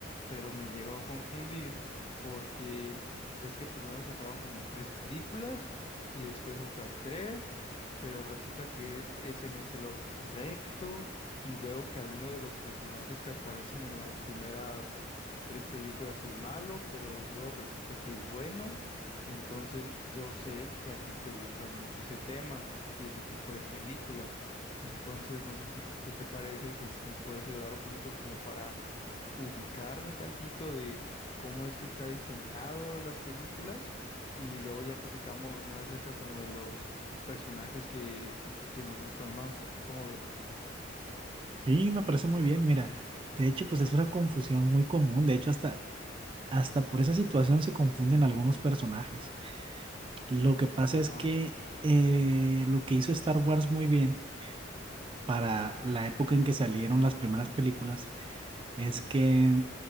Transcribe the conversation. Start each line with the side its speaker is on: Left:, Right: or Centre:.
Left: pero me llegó a confundir porque ves que primero sacaron como tres películas y después otras tres, pero resulta que ese no es el orden correcto y luego que alguno de los personajes que aparecen en las primeras tres películas es malo, pero luego resulta que es bueno. Entonces yo sé que a ti te gusta mucho ese tema y ese tipo de películas. Entonces, no sé si, ¿qué te parece? Que si me puedes ayudar un poquito como para ubicarme tantito de cómo es que está diseñado las películas y luego ya platicamos más acerca como de los personajes que, que nos gustan más. ¿Cómo ves?
Right: Sí, me parece muy bien. Mira, de hecho, pues es una confusión muy común. De hecho, hasta, hasta por esa situación se confunden algunos personajes. Lo que pasa
Left: Ajá.
Right: es que eh, lo que hizo Star Wars muy bien para la época en que salieron las primeras películas es que